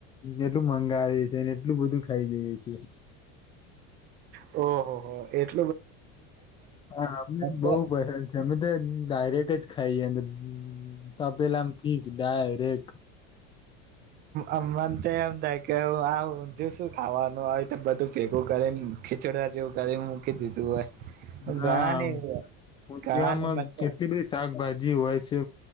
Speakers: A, on the left; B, on the right.
A: એટલું મંગાવે સે ને એટલું બધું ખાઈ જઈએ છેીએ.
B: ઓહ હ એ
A: હા અમને બહ
B: તો
A: બરજ અમે તો ડાયરેક્ટ જ ખાઈ તપેલામ થી જ ડાયરેક
B: અમમને તો એમ થાય કે હ જો શું ખાવાનું હો તો બધું ભેગું કરીને ખીચડ જેવું કરીને મૂકી દીધું હોય. ઘણા
A: હા
B: ને
A: ઉ
B: ઘણા
A: તિયામાં
B: ને મજા
A: કેટલી બધી શાકભાજી જી હોય છે